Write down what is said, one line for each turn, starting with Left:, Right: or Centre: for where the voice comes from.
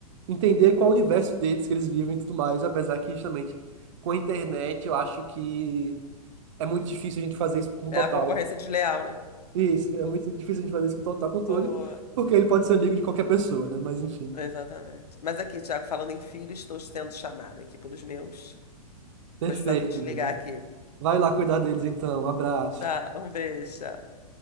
Right: entender qual o universo deles que eles vivem e tudo mais, apesar que justamente com a internet eu acho que é muito difícil a gente fazer isso com total.
Left: É a concorrência desleal, né?
Right: Isso, é muito difícil a gente fazer isso com total controle,
Left: Ô,
Right: porque ele pode ser amigo de qualquer pessoa, né? Mas enfim,
Left: exatamente. Mas aqui, Tiago, falando em filho, estou sendo chamada aqui pelos meus.
Right: perfeito,
Left: Vou precisar desligar
Right: né? né?
Left: aqui.
Right: Vai lá cuidar deles então. Abraço.
Left: Tá, um beijo. tchau.